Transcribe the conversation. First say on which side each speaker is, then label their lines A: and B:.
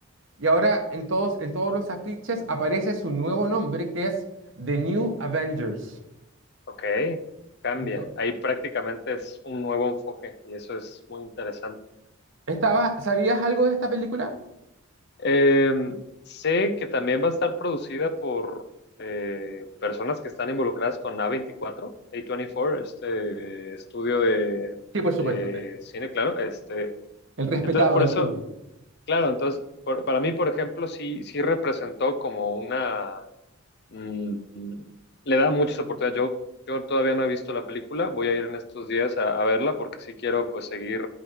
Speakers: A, on the right (about 60°); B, on the left (about 50°).
A: y ahora en todos, en todos los afiches aparece su nuevo nombre que es The New Avengers.
B: ok, cambia.
A: Ento-
B: Ahí prácticamente es un nuevo enfoque y eso es muy interesante.
A: ¿estaba, ¿sabías algo de esta película?
B: Eh, sé que también va a estar producida por eh, personas que están involucradas con a veinticuatro, A24, este eh, estudio de,
A: Sí, por supuesto.
B: de
A: eh,
B: cine, claro. Este,
A: El respetado
B: entonces, por
A: estudio.
B: eso, claro, entonces, por- para mí, por ejemplo, sí, sí representó como una, Mm, le da muchas oportunidades. Yo, yo todavía no he visto la película, voy a ir en estos días a, a verla porque sí quiero pues seguir,